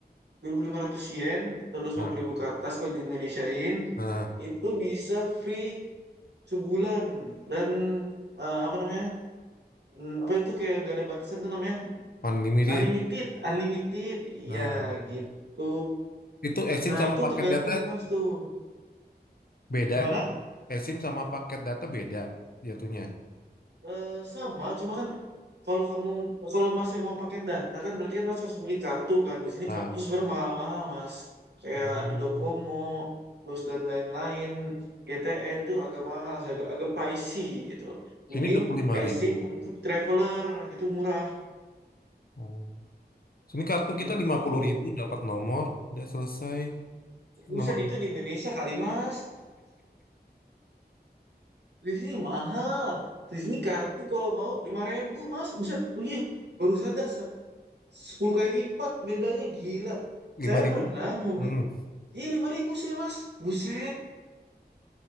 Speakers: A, on the right; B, on the left.
A: dua ribu lima ratus yen atau dua ratus
B: ah,
A: lima puluh ribu ke atas kalau di Indonesiain
B: ah,
A: itu bisa free sebulan dan eh, apa namanya? Hmm, apa itu kayak nggak ada batasan tuh namanya
B: Unlimited.
A: unlimited unlimited
B: Hmm.
A: ya gitu
B: Itu eSIM
A: nah
B: sama
A: itu
B: paket
A: tergantung
B: data
A: mas tuh
B: beda.
A: gimana
B: eSIM sama paket data beda jatuhnya.
A: Eh, sama cuma kan kalau kamu kalau masnya mau paket data kan berarti kan mas harus beli kartu kan di sini
B: ah,
A: kartu tuh sebenarnya mahal-mahal mas kayak
B: oh,
A: ada Docomo terus dan lain-lain GTN tuh agak mahal sih, agak agak pricey gitu mending
B: Sini dua puluh lima
A: eSIM
B: ribu,
A: untuk traveler itu murah
B: Oh. Sini kartu
A: gitu
B: kita lima puluh ribu dapat nomor, udah selesai.
A: buset
B: Nomor
A: itu di Indonesia kali mas Di sini mahal. Di sini kartu kalau mau 5.000 mas. Bisa, oh iya, baru sadar. sa- 10 kali lipat bedanya gila.
B: <laughs> lima
A: Saya
B: ribu.
A: pernah mau beli.
B: Hmm,
A: Iya 5.000 saya mas. Buset.